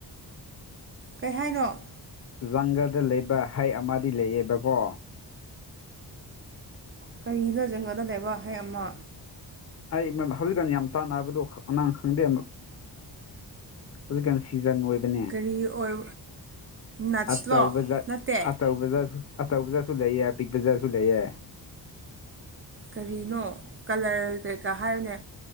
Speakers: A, on the right (about 30°); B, on the left (about 40°).
A: ꯀꯩ ꯍꯥꯏꯅꯣ
B: ꯖꯪꯒꯔꯗ ꯂꯩꯕ ꯍꯩ ꯑꯃꯗꯤ ꯂꯩꯌꯦꯕꯀꯣ
A: ꯀꯔꯤꯅꯣ ꯖꯪꯒꯟꯗ ꯂꯩꯕ ꯍꯩ ꯑꯃ
B: ꯑꯩ ꯍꯧꯖꯤꯛꯀꯥꯟ ꯌꯥꯝ ꯆꯥꯟꯅꯕꯗꯨ ꯅꯪ ꯈꯪꯗꯦ ꯍꯨꯖꯤꯛꯀꯥꯟ ꯁꯤꯖꯟ ꯑꯣꯏ ꯄꯅꯦ
A: ꯀꯔꯤ ꯑꯣꯏ ꯅꯠꯁꯂꯣ
B: ꯑꯆꯧꯕꯖꯥꯠ
A: ꯅꯠꯇꯦ
B: ꯑꯆꯧꯕꯖꯥꯠꯁꯨ ꯑꯆꯧꯕ ꯖꯥꯠꯁꯨ ꯂꯩꯌꯦ ꯑꯄꯤꯛꯄ ꯖꯥꯠꯁꯨ ꯂꯩꯌꯦ
A: ꯀꯔꯤꯅꯣ ꯀꯂꯔ ꯀꯩꯀꯥ ꯍꯥꯏꯌꯣꯅꯦ